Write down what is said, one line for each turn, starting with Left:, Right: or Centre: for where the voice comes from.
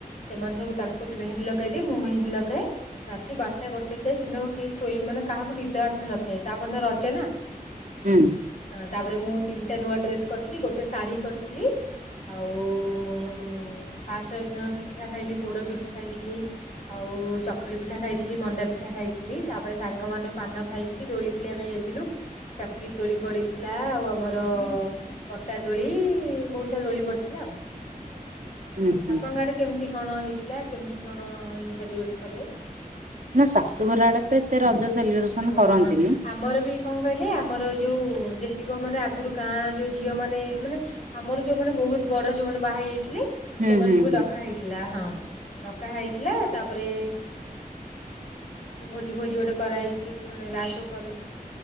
Left: ସେମାନେ ସବୁ ତାଙ୍କୁ ମେହେନ୍ଦୀ ଲଗାଇଦିଏ ମୁଁ ମେହେନ୍ଦୀ ଲଗାଏ। ରାତି ବାରଟା ଗୋଟେ ଯାଏ ସେଦିନ କେହି ଶୋଇ ମାନେ କାହାକୁ ନିଦ ଆଖିରେ ନଥାଏ ତାପରଦିନ ରଜ ନା।
Right: ହୁଁ।
Left: ହଁ ତାପରେ ମୁଁ ତିନିଟା ନୂଆ ଡ୍ରେସ୍ କରିଥିଲି ଗୋଟେ ଶାଢୀ କରିଥିଲି ଆଉ ହ ଫାଷ୍ଟ ରଜ ଦିନ ପିଠା ଖାଇଲିି ପୋଡ ପିଠା ଖାଇଥିଲି। ଆଉ ଚକୁଳି ପିଠା ଖାଇଥିଲି ମଣ୍ଡା ପିଠା ଖାଇଥିଲି ତାପରେ ସାଙ୍ଗମାନେ ପାନ ଖାଇ କି ଦୋଳି ଖେଳିବା ପାଇଁ ଯାଇଥିଲୁ। ଚକିରି ଦୋଳି ପଡ଼ିଥିଲା ଆଉ ଆମର ପଟା ଦୋଳି ବହୁ ସାରା ଦୋଳି ପଡ଼ିଥିଲା ଆଉ।
Right: ହୁଁ ହୁଁ
Left: ଆପଣଙ୍କ ଆଡେ କେମିତି କଣ ହେଇଥିଲା କେମିତି କଣ ସେଲିବ୍ରେଟ୍ କଲେ?
Right: ନା ଶାଶୁଘର ଆଡେ ତ ଏତେ ରଜ ସେଲିବ୍ରେସନ
Left: ଓହୋ।
Right: କରନ୍ତିନି‌।
Left: ଆମର ବି କଣ କହିଲେ ଆମର ଯୋଉ ଯେତିକ ମାନେ ଆଗରୁ ଗାଁ ଯୋଉ ଝିଅ ମାନେ ମାନେ ଆମର ଯୋଉମାନେ ବହୁତ ବଡ ଯୋଉମାନେ ବାହା ହେଇ ଯାଇଥିଲେ।
Right: ହୁଁ
Left: ସେମାନଙ୍କୁ
Right: ହୁଁ
Left: ବି
Right: ହୁଁ
Left: ଡକା ହେଇଥିଲା ହଁ ଡକା ହେଇଥିଲା ତାପରେ ସେ ଭୋଜି ଫୋଜି ଗୋଟେ କରାହେଇକି ମାନେ ଲାଷ୍ଟକୁ କଲେ।